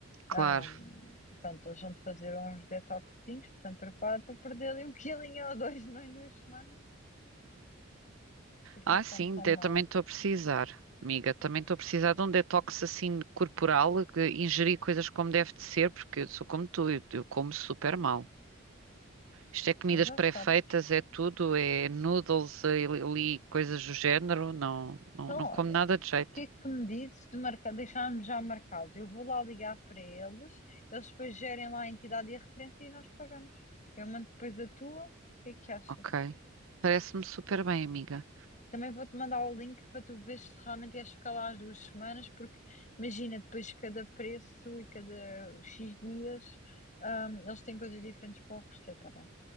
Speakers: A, on the right; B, on the left.
A: claro.
B: Ahm, portanto, eles vão te fazer uns detoxinhos, portanto, prepara para perder ali um <laughs> quilinho ou dois não em duas semanas. A gente
A: Ah,
B: come
A: sim,
B: tão mal,
A: eu também estou a precisar, amiga. Também estou a precisar de um detox assim corporal, que ingerir coisas como deve de ser, porque eu sou como tu, eu, eu como super mal. Isto é comidas
B: então já
A: pré-feitas,
B: sabes.
A: é tudo, é noodles, é ali, coisas do género. Não, não,
B: Então,
A: não
B: olha,
A: como nada
B: o
A: de jeito.
B: que é que me dizes de marcar, deixarmos já marcado? Eu vou lá ligar para eles, eles depois gerem lá a entidade e a referência e nós pagamos. Eu mando depois a tua, o que é que achas?
A: Ok. Parece-me super bem, amiga.
B: Também vou-te mandar o link para tu veres se realmente queres ficar lá as duas semanas, porque imagina, depois cada preço e cada X dias, hum, eles têm coisas diferentes para oferecer, tá bem?